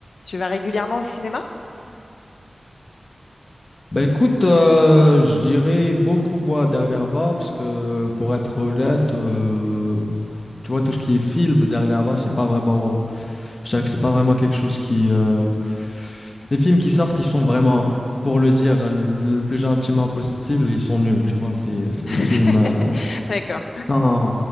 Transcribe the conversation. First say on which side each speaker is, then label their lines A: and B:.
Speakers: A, on the left (about 80°); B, on the left (about 40°).
A: Tu vas régulièrement au cinéma?
B: Bah écoute, euh, je dirais beaucoup boire dernièrement, parce que pour être honnête, euh, tu vois, tout ce qui est film dernièrement, c'est pas vraiment. Je dirais que c'est pas vraiment quelque chose qui. euh, Les films qui sortent, ils sont vraiment, pour le dire euh, le plus gentiment possible, ils sont nuls, tu vois. C'est c'est
A: <laughs>
B: des films euh,
A: D'accord.
B: sans,